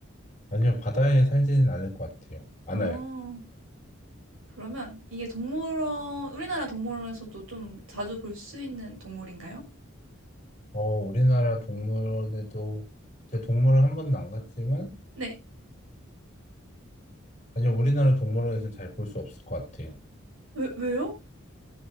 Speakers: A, on the left; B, on the right.
A: 아니요, 바다에 살지는 않을 것 같아요. 않아요.
B: 어, 그러면 이게 동물원, 우리나라 동물원에서도 좀 자주 볼 수 있는 동물인가요?
A: 어, 우리나라 동물원에도, 제 동물원 한 번도 안 갔지만,
B: 네.
A: 아니요, 우리나라 동물원에서는 잘 볼 수 없을 것 같아요.
B: 왜, 왜요?